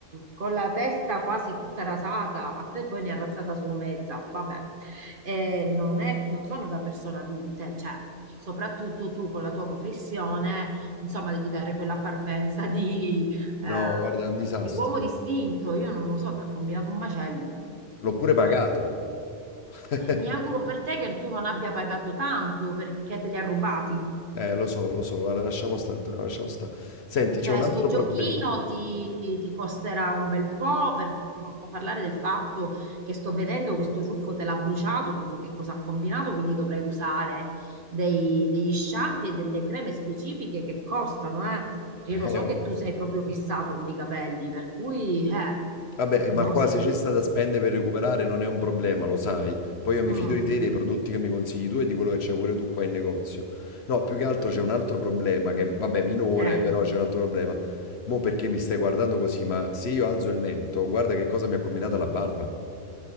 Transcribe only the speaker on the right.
con la testa quasi tutta rasata, a te poi ne è rasata solo mezza, vabbè, Eh, non è- non sono da persone adulte, cioè, soprattutto tu con la tua professione, insomma, devi dare quella parvenza di, eh,
di uomo distinto. Io non lo so, ti ha combinato un macello.
Eh, mi auguro per te che tu non abbia pagato tanto perché te li ha rubati.
Cioè,
sto giochino
ti, ti costerà un bel po', per non parlare del fatto che sto vedendo che sto ciuffo te l'ha bruciato, non so che cosa ha combinato, quindi dovrei usare dei- degli shampoo e delle creme specifiche che costano, eh.
Io lo so che tu sei proprio fissato con i capelli, per cui, eh,
e
mo
sì.
Mm,
eh.